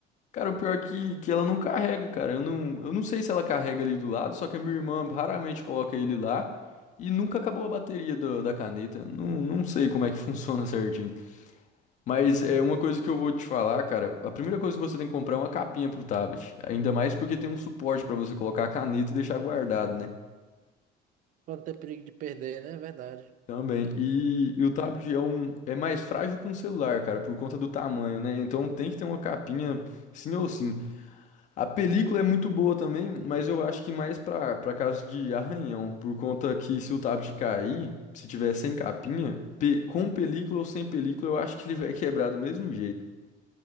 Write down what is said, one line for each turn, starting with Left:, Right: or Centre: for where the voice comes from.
Left: cara, o pior é que, que ela não carrega, cara. Eu não, eu não sei se ela carrega ali do lado, só que a minha irmã raramente coloca ele lá e nunca acabou a bateria do- da caneta. Não, não sei como é que <laughs> funciona certinho. Mas
Right: Hum,
Left: é uma coisa
Right: entendi.
Left: que eu vou te falar, cara. A primeira coisa que você tem que comprar é uma capinha pro tablet. Ainda mais porque tem um suporte pra você colocar a caneta e deixar guardado, né?
Right: Pra não ter perigo de perder, né? Verdade.
Left: Também. E, e o tablet é, um, é mais frágil que um celular, cara, por conta do tamanho, né? Então tem que ter uma capinha, sim ou sim. A película é muito boa também, mas eu acho que mais pra para caso de arranhão, por conta que se o tablet cair, se tiver sem capinha, pe- com película ou sem película, eu acho que ele vai quebrar do mesmo jeito.